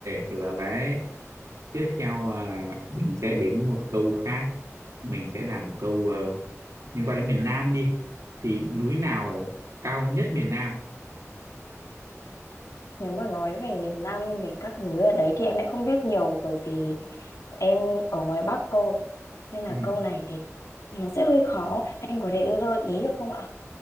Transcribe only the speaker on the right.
được rồi đấy tiếp theo à, mình sẽ đến một câu khác mình sẽ làm một câu ờ, liên quan đến miền Nam đi thì núi nào cao nhất miền Nam
ừ.